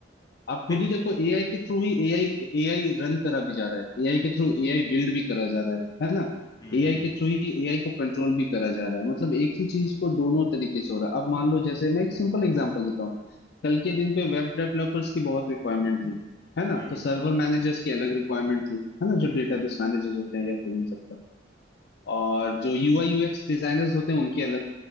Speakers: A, on the left; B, on the left.
A: आप खुद
B: ठीक
A: ही देखो एआई के थ्रू ही एआई एआई रन करा भी जा रहा है एआई के थ्रू एआई बिल्ड भी करा जा रहा है है ना
B: हम्म
A: एआई
B: हम्म
A: के थ्रू ही एआई को कंट्रोल भी करा जा रहा है मतलब एक ही चीज को दोनों तरीके से हो रहा है अब मान लो जैसे मैं एक सिंपल एग्जांपल देता हूँ कल के दिन पे वेब डेवलपर्स की बहुत रिक्वायरमेंट थी है ना
B: हम्म
A: तो सर्वर मैनेजर्स की अलग रिक्वायरमेंट थी है ना जो
B: हम्म,
A: डेटाबेस मैनेजर्स होते हैं या फिल्म सकता और जो यूआई यूएक्स डिजाइनर्स होते हैं उनकी अलग